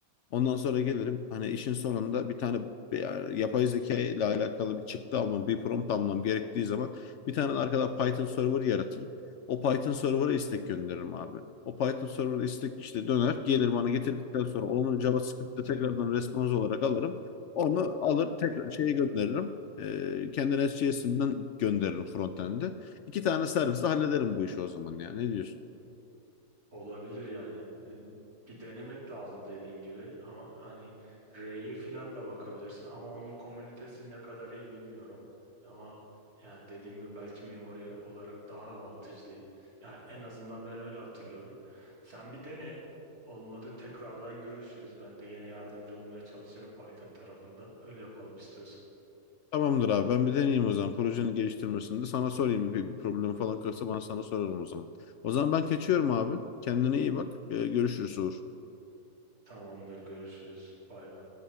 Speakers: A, on the left; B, on the right.
A: Ondan sonra gelirim hani işin sonunda bir tane bir- yapay zeka ile alakalı bir çıktı almam, bir prompt almam gerektiği zaman bir tane arkadan Python server yaratırım. O Python server'a istek gönderirim abi. O Python server'a istek işte döner, gelir bana getirdikten sonra onu JavaScript'te tekrardan response olarak alırım. Onu alır tekrar şeye gönderirim. Ee, kendi SJS'inden gönderirim frontend'e. İki tane servisle hallederim bu işi o zaman ya. Ne diyorsun?
B: Olabilir yani. E, Bir denemek lazım dediğin gibi ama hani R'ye falan da bakabilirsin ama onun komünitesi ne kadar iyi bilmiyorum. Ama yani dediğim gibi belki memory olarak daha avantajlı. Yani en azından ben öyle hatırlıyorum. Sen bir dene. Olmadı tekrardan görüşürüz. Ben de gene yardımcı olmaya çalışırım Python tarafında. Öyle yapalım istiyorsan.
A: Tamamdır abi ben bir deneyeyim o zaman. Projenin geliştirmesinde sana sorayım bir, bir problem falan kalırsa bana sana sorarım o zaman. O zaman ben kaçıyorum abi. Kendine iyi bak. Ee, görüşürüz Uğur.
B: Tamamdır görüşürüz. Bay bay.